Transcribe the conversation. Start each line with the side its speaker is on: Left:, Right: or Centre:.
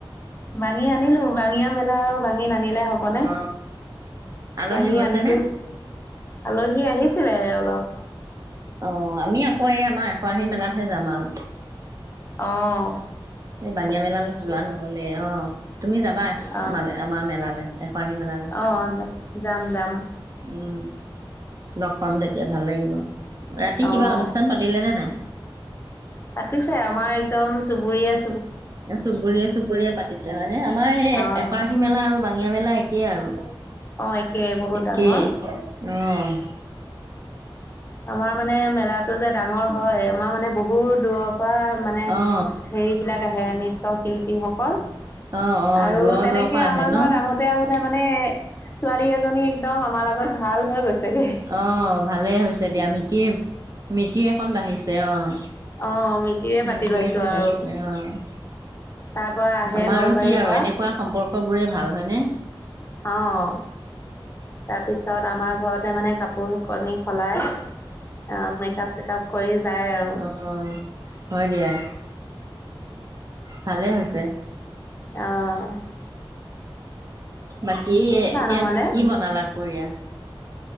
Left: বাঙি আনিলো বাঙিয় মেলা আৰু বাঙী <unintelligible> নিলে হবনে
Right: অ আলহী
Left: বাঙী
Right: হৈছেনে
Left: আনিলো আলহী আহিছিলে। অ', অলপ
Right: অ', আমি অ', এই আমাৰ এশ আশী মেলাতহে যাম আৰু।
Left: আহ',
Right: এই বাঙিয় মেলালৈ লোৱা নহলে অ তুমি যাবা এ
Left: অ',
Right: ম আমাৰ মেলালৈ এখৰাহী মেলালৈ।
Left: অ', যাম যাম
Right: উম', লগ পাম তেতিয়া ভাল লাগিব। ৰাতি
Left: অ'।
Right: কিবা অনুষ্ঠান পাতিলে নে নাই?
Left: পাতিছে আমাৰ একদম চুবুৰীয়া আ',
Right: চুবুৰীয়ে চুবুৰীয়ে পাতিছিলে হয়ে আমাৰ সেই
Left: অ',
Right: এশৰাশী মেলা আৰু বাঙিয়া মেলা এক তাকেই আৰু।
Left: অ', একে বহুত
Right: একেই,
Left: ডাঙৰ।
Right: আহ',
Left: আমাৰ মানে মেলাটো যে ডাঙৰ হয় আমাৰ মানে বহুত দূৰ পৰা মানে
Right: অ',
Left: হেৰি বিলাক আহে নৃত্ৰ শিল্পীসকল।
Right: অ', অ',
Left: আৰু
Right: দূৰৰ
Left: তেনেকে
Right: দূৰৰ পৰা আহে
Left: আমাৰ
Right: ন
Left: ঘৰত আহোতে-আহোতে, মানে ছোৱালী এজনী একদম আমাৰ লগত ভাল হৈ গৈছে। তাকে
Right: অ', ভালেই হৈছে দিয়া মিতিৰ মিতি এখন বাঢ়িছে। অ',
Left: অ', মিতিৰে পাতি
Right: মিতিৰ
Left: লৈছো
Right: এখন
Left: আৰু
Right: বাঢ়িছে। অ',
Left: তাৰ পৰা আহে
Right: আমাৰ
Left: নলবাৰীৰ
Right: কি আৰু
Left: পৰা।
Right: এনেকুৱা সম্পৰ্ক বোৰে ভাল হয়নে?
Left: অ', তাৰপিছত আমাৰ ঘৰতে মানে কাপোৰ কানি সলাই অ', মেকাপ চেকাপ কৰি যায় আৰু।
Right: অ', হয় দিয়া। ভালে হৈছে।
Left: আহ,
Right: বাকী এতিয়া
Left: নহ'লে।
Right: কি বনালা দুপৰীয়া